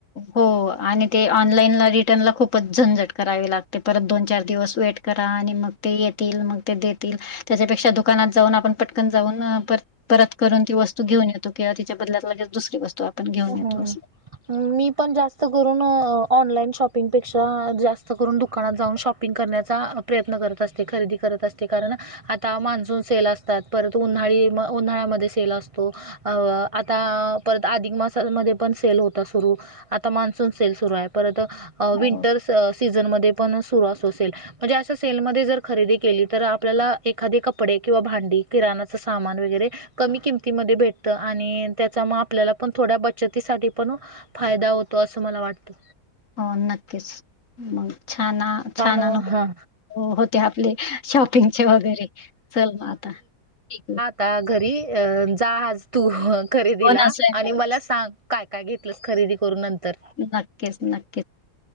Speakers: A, on the left; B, on the right.
A: हो आणि ते ऑनलाईनला रिटर्नला खूपच झंझट करावी लागते परत दोन चार दिवस वेट करा आणि मग ते येतील मग ते देतील त्याच्यापेक्षा दुकानात जाऊन आपण पटकन जाऊन पर परत करून ती वस्तू घेऊ येत किंवा तिच्या बदल्यात लगेच दुसरी वस्तू आपण घेऊन
B: हो हो
A: येतो असं.
B: मी पण जास्त करून ऑनलाईन शॉपिंगपेक्षा जास्त करून दुकानात जाऊन शॉप शपिंग करण्याचा प्रयत्न करत असते खरेदी करत असते कारण आता मान्सून सेल असतात परत उन्हाळी उन्हाळ्यामध्ये सेल असतो अ आता परत अधिक मास मध्ये पण सेल होता सुरू आता मान्सून सेल सुरू आहे परत
A: हो.
B: विंटलस सीझनमध्ये पण सुरू असू असेल म्हणजे अशा सेलमध्येध्ये जर खरेदी केली तर आपल्याला एखादीे कपडे किंवा भांडी किराणाच सामान वगैरे कमी किमतीमध्ये भेटत आणि त्याचा मग आपल्याला पण थोड्या बचतीसाठी पण फायदा होतो असं मला वाटतं
A: हो नक्कीच मग छान
B: म
A: अनु
B: हा.
A: होते आपले शॉपिंगच्या वगैरे चल मग आता ठीक
B: ता घरी अ जाहाज तू खरेदीला
A: हो ना स्वयंपाक
B: आणि मला सांग काय काय घेतलंस खरेदी करून नंतर
A: नक्कीच नक्की